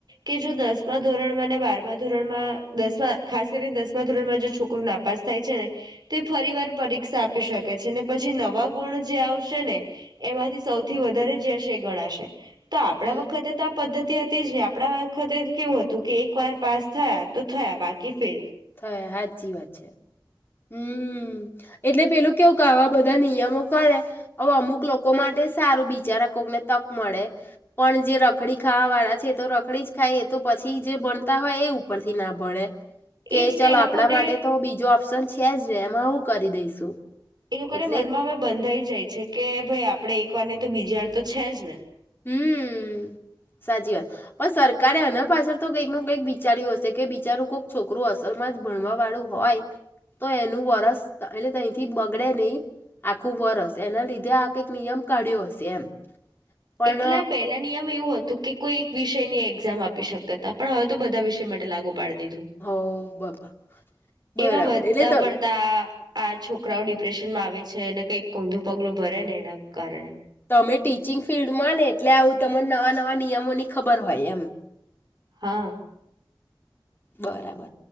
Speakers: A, on the right; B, on the left.
A: કે જો દસમા ધોરણમાં ને બારમા ધોરણમાં દસમા ખાસ કરીને દસમા ધોરણમાં જે છોકરું નાપાસ થાય છે ને તે ફરી વાર પરીક્ષા આપી શકે છે ને પછી નવા ગુણ જે આવશે ને એમાંથી સૌથી વધારે જ હશે ગણાશે તો આપણા
B: હમ
A: વખતે તો પદ્ધતિ હતી જ ને આપણા વખતે કેવું હતું કે એક વાર પાસ થયા તો થયા બાકી ફેલ
B: હય હચી વાત છે હમ એટલે પેલું કેવું કે આવા બધા નિયમો કરે હવે અમુક લોકો માટે સારું બિચારા કોકને તક મળે પણ જે રખડી ખાવા વાળા છે તો રખડી જ ખાય એ તો પછી જે ભણતા હોય એ ઉપરથી ના ભણે કે
A: એજ
B: ચલો
A: તે
B: આપણા
A: લોકોને
B: માટે તો બીજો આપક્્ન છે ખે જવેેમાં આવું કરી દઈશું
A: એ લોકોને
B: એટલે
A: મનમાં હવે બંધાઈ જાય છે કે ભાઈ આપડણે વારની તો બીજી વાર તો છે જ ને
B: હમ સાચી વાત પણ સરકારે એના પાછળ તો કંઈક ન કંઈક બિચાર્યું હશે કે બિચારું કોઈક છોકરું અસલમાં જ ભણવા વાળું હોય તો એનું વરસ એટલે તંથી બગડે નહી આખું વરસ એના લીધે આ કંઈક નિયમ કાઢ્યો હશે એમ પણ
A: એટલા પહેલા નિયમ એવું હતો તો કે કોઈ એક વિષયની એક્ઝામ આપી શકતા તા પણ હવે તો બધા વિષય માટે લાગુ પાડ દીધું.
B: હો બાબા બરાબર
A: એમાં વધા
B: એટલે તમે
A: પડતા છોકરાઓ ડિપ્રેશન લાવે છે અનેને કંઈક કુલ્લુ પગલું ભરે ને એના કારણે.
B: તમે ટીચિંગ ફિલ્ડમાં ને એટલે આવું ત નવા નવા નિયમો ની ખબર હોય એમ.
A: હા.
B: બરાબર